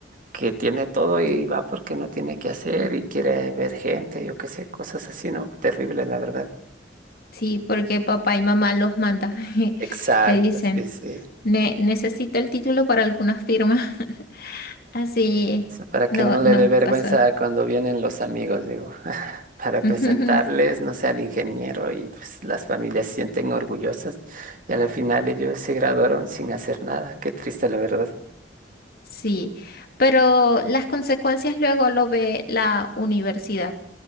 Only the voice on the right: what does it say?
que tiene todo y va porque no tiene que hacer y quiere ver gente, yo qué sé, cosas así, ¿no? Terrible, la verdad.
Exacto,
sí, sí.
sea, para que
no le
dé vergüenza
cuando vienen los amigos, digo, <laughs> para presentarles,
no sé, al ingeniero y pues las familias se sienten orgullosas y al final ellos se graduaron sin hacer nada. Qué triste, la verdad.